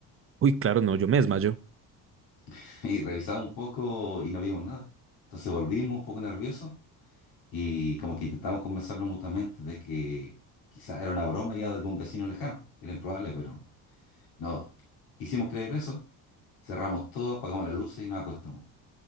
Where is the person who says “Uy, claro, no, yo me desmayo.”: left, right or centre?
Right